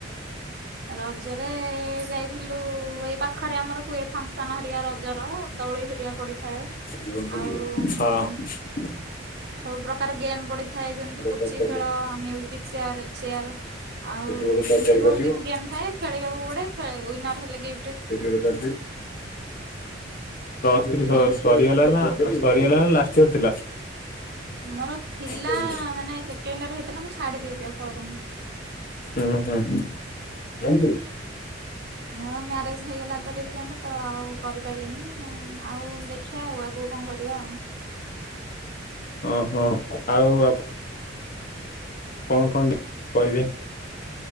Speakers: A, on the right; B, on the left.
A: ରଜରେ ଯାଇଥିଲୁ, ଏଇ ପାଖରେ ଆମର ହୁଏ ଫଙ୍କସନ ହେରକା ରଜର ଦୋଳି ହେରିଆ ପଡିଥାଏ।
B: ହଁ।
A: ଆଉ ଉଁ ସବୁ ପ୍ରକାର ଗେମ୍ ପଡିଥାଏ ଯେମିତି ପୁଚି
B: ଚାରି କସିବ
A: ଖେଳ, ମ୍ୟୁଜିକ ଚୟାର, ଚେୟାର ଆଉ
B: ସେଠି ଗୋଟେ ଚାରି
A: ଏମିତି
B: ଚାରି
A: ବହୁତ
B: ଆସିବ
A: କିଛି ଗେମ୍ ଥାଏ, ଖେଳିବାକୁ ପଡ଼େ। ୱିନର ହେଲେ କି
B: ପ୍ଲ-ପ୍ଲସ ଥ୍ରି
A: ଆଜ୍ଞା
B: ସରି ସରିଗଲା ନା ସରିଗଲା ନା ଲାଷ୍ଟ ଇୟର ଥିଲା?
A: ମୋର ଥିଲା
B: ହୁଁ
A: ମାନେ ସେକେଣ୍ଡ ଇୟର ହେଇଥିଲା ମୁଁ ଛାଡି ଦେଇଛି ଆଉ କରୁନି।
B: ଉଁ ହୁଁ।
A: ନାଁ ମ୍ୟାରେଜ ହେଇଗଲା ତ ରିସେଣ୍ଟ ତ ଆଉ କରିପାରିଲିନି ଆଉ ଦେଖିବା ଆଉ ଆଗକୁ କଣ କରିବା ଆଉ।
B: ଓହଁ ଆଉ ଆପ କଣ କଣ ଟିକେ କହିବେ?